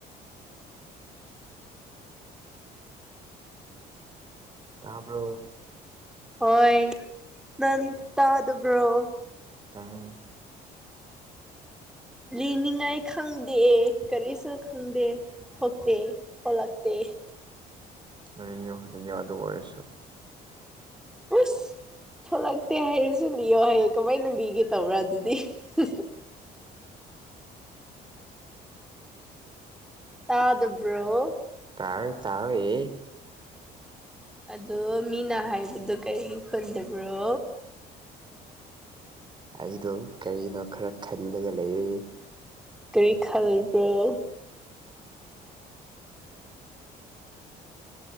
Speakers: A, on the right; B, in the centre.
A: ꯇꯥꯕ꯭ꯔꯣ
B: ꯍꯣꯏ ꯅꯪ ꯇꯥꯗꯕ꯭ꯔꯣ
A: ꯇꯥꯏ
B: ꯂꯤꯅꯤꯡꯉꯥꯏ ꯈꯪꯗꯦ ꯀꯔꯤꯁꯨ ꯈꯪꯗꯦ ꯊꯣꯛꯇꯦ ꯊꯣꯂꯛꯇꯦ
A: ꯂꯤꯌꯣ ꯂꯤꯌꯣ ꯑꯗꯨ ꯑꯣꯏꯔꯁꯨ
B: ꯑꯁ ꯊꯣꯛꯂꯛꯇꯦ ꯍꯥꯏꯔꯁꯨ ꯂꯤꯌꯣ ꯍꯥꯌꯦ ꯀꯃꯥꯏꯅ ꯂꯤꯒꯦ ꯇꯧꯕ꯭ꯔꯥ ꯑꯗꯨꯗꯤ <unintelligible> ꯇꯥꯗꯕ꯭ꯔꯣ
A: ꯇꯥꯔꯦ ꯇꯥꯔꯦ
B: ꯑꯗꯣ ꯃꯤꯅ ꯍꯥꯏꯕꯗꯣ ꯀꯔꯤ ꯈꯨꯟꯗꯒ꯭ꯔꯣ
A: ꯑꯩꯗꯣ ꯀꯔꯤꯅꯣ ꯈꯔ ꯈꯜꯂꯒ ꯂꯩꯔꯤ
B: ꯀꯔꯤ ꯈꯜꯕ꯭ꯔꯧ